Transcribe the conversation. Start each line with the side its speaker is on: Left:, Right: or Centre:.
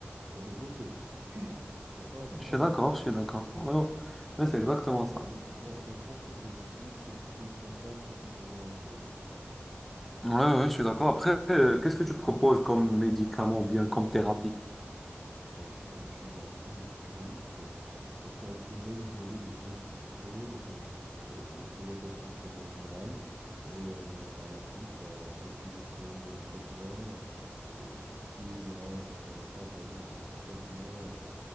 Right: ont développé. C'est ça, c'est ça
Centre: Je suis
Right: le,
Centre: d'accord, je suis d'accord. Ouais,
Right: c'est
Centre: ouais.
Right: c'est ça
Centre: Ouais, c'est
Right: le
Centre: exactement
Right: grand,
Centre: ça.
Right: le grand, la grande problématique, c'est le plus grand axe qu'il faudrait aborder.
Centre: Ouais, ouais, je suis d'accord. Après, euh, qu'est-ce que tu proposes comme médicament ou bien comme thérapie?
Right: Ah ben, vu que tu as dit une grippe, eh bien, on pourrait isoler le gerbe en cause. euh, ça doit être sûrement viral. Et euh, par la suite, bah, comme tu le sais très bien, euh, tout ce qui est viral, bah, ça n'a pas vraiment de traitement euh,